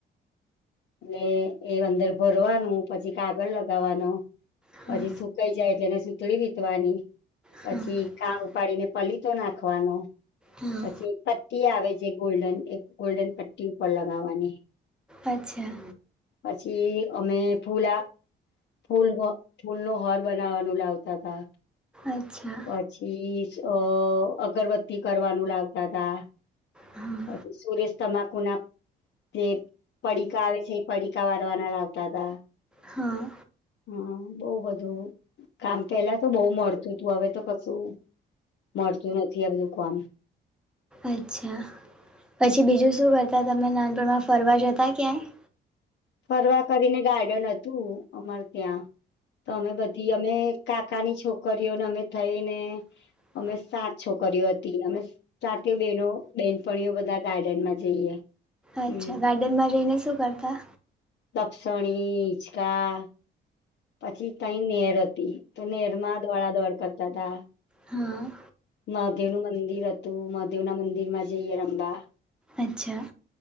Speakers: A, on the left; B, in the centre.
A: અને એ અંદર ભરવાનું પછી કાગળ લગાવાનું.
B: હા
A: પછી સુકાઈ જાય એટલે એને સુતડી વીતવાની પછી
B: હા
A: કા ઉપાડીને પલી તો નાખવાનો
B: હા
A: પછી એક પટ્ટી આવે જે ગોલ્ડન એ ગોલ્ડન પટ્ટી ઉપર લગાવાની
B: અચ્છા
A: કે અમે ફૂલા ફૂલહ ફૂલો ઘર બનાવાનું લાવતા તા.
B: અચ્છા
A: પછી અ અગરબત તી કરવાનું લાવતા તા
B: હા
A: પછી સુરેશ તમાકુના જે પડીકા આવે છે એ પડીકા વારવાના લાવતા હતા.
B: હા.
A: હા બઉ બધું કામ પેલા તો બઉ મળતું. તું હવે તો કશું મળતું નથી આ બધું કોમ.
B: અચ્છા. પછી બીજું શું કરતા તમને નાનપણમાં ફરવા જતા ક્યાંય
A: ફરવા કરીને ગાર્ડન હતું અમારે ત્યાં. તો અમે બધી અમે કાકાની છોકરીઓને અમે થઈ ને
B: <inaudible> <inaudible>
A: અમે સાત છોકરીઓ હતી અમે સાતે બેહેનો બેનપણીઓ બધા ગાર્ડનમાં જઈએ.
B: અચ્છા
A: હમ
B: ગાર્ડનમાં જઈને શું કરતા?
A: લપસણી હીંચકા પછી તઈ નેર હતી તો નેરમાં દોડા દોડ કરતા તા.
B: હા.
A: મહાદેવનું મંદિર હતું મહાદેવના મંદિર માં જઈએ રમવા.
B: અચ્છા.